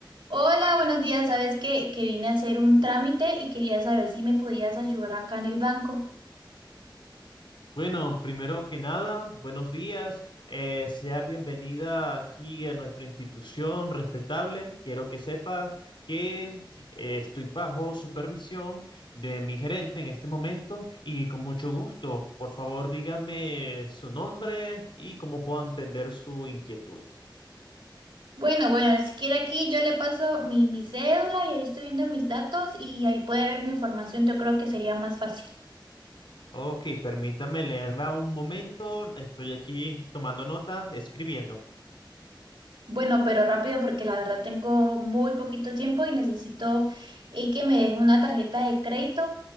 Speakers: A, on the right (about 80°); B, on the left (about 80°).
A: Hola, buenos días. Sabes que, que vine a hacer un trámite y quería saber si me podías ayudar acá en el banco.
B: Bueno, primero que nada, buenos días. Eh, sea bienvenida aquí a nuestra institución respetable. Quiero que sepa que eh, estoy bajo supervisión de mi gerente en este momento y con mucho gusto. Por favor, dígame su nombre y cómo puedo entender su inquietud.
A: Bueno, bueno, si quiere aquí yo le paso mi, mi cédula y ahí estoy viendo mis datos y ahí puede ver mi información. Yo creo que sería más fácil.
B: Ok, permítame leerla un momento. Estoy aquí tomando nota, escribiendo.
A: Bueno, pero rápido porque la verdad tengo muy poquito tiempo y necesito eh, que me deje una tarjeta de crédito